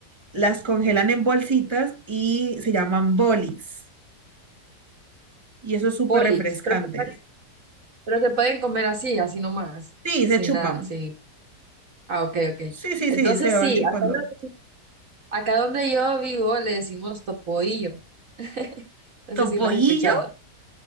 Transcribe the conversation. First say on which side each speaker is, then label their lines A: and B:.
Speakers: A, on the right; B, on the right.
A: Las congelan en bolsitas y se llaman bolis. Y eso es súper
B: bolix
A: refrescantes.
B: pero se pueden, pero se pueden comer así, así nomás,
A: Sí,
B: sin
A: se chupan.
B: nada, sin... Ah, ok, ok.
A: Sí, sí,
B: Entonces
A: sí, se van
B: sí,
A: chupando.
B: acá, lo- acá donde yo vivo le decimos topoillo. <laughs> No
A: Topollillo.
B: sé si lo has escuchado.